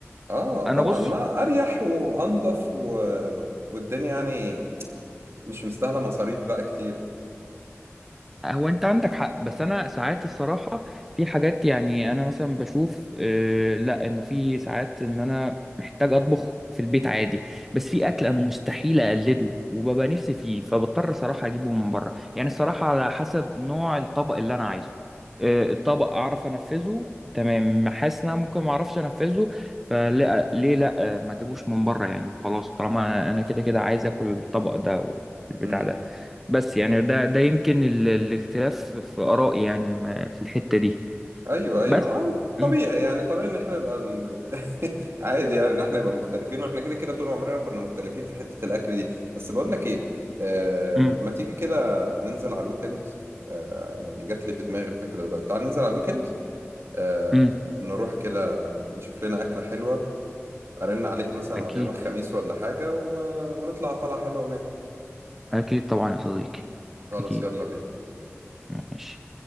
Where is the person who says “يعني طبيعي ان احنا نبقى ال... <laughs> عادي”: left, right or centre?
Right